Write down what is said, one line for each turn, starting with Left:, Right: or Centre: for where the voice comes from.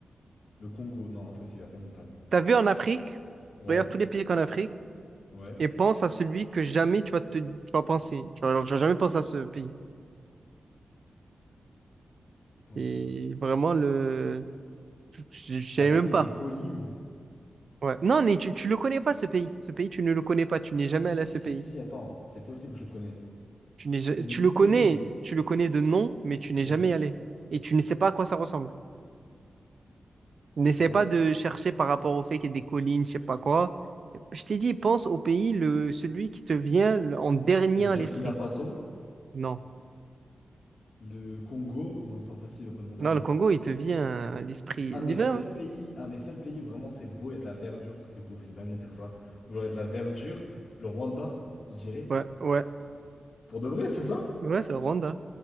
Left: Le Congo. Non, impossible, il n'y a pas de montagne.
Right: T'as vu en Afrique?
Left: Ouais,
Right: Regarde tous les pays qu'en Afrique.
Left: ouais.
Right: et pense à celui que jamais tu vas te, tu vas penser. Tu vas, tu vas jamais penser à ce pays.
Left: Je sais pas,
Right: Et
Left: moi.
Right: vraiment, le, je je
Left: C'est
Right: savais
Left: un pays,
Right: même
Left: il y
Right: pas.
Left: a des collines.
Right: Ouais. Non, mais tu, tu le connais pas, ce pays. Ce pays, tu ne le connais pas. Tu n'es jamais
Left: Si,
Right: allé
Left: si,
Right: à ce
Left: si,
Right: pays.
Left: si, attends, c'est possible que je le connaisse.
Right: Tu n'es, ja-
Left: Au milieu
Right: tu le connais,
Left: collines.
Right: tu le connais de nom, mais tu n'es
Left: Ouais.
Right: jamais allé. Et tu ne sais pas à quoi ça ressemble. N'essaie
Left: Ah ouais?
Right: pas de chercher par rapport au fait qu'il y ait des collines, je sais pas quoi. Je t'ai dit, pense au pays, le, celui qui te vient le- en dernier
Left: Le Burkina
Right: à l'esprit.
Left: Faso,
Right: Non.
Left: le Congo, non, c'est pas possible, il n'y a pas de montagne
Right: Non,
Left: là-bas.
Right: le Congo, il te vient à l'esprit.
Left: Un
Right: L'hiver,
Left: des seuls
Right: hein?
Left: pays, un des seuls pays où vraiment c'est beau, il y a de la verdure. Enfin, c'est beau, c'est une dinguerie de dire ça. Où genre il y a de la verdure, le Rwanda, je dirais.
Right: Ouais, ouais.
Left: Pour de vrai, c'est ça?
Right: Ouais, c'est le Rwanda.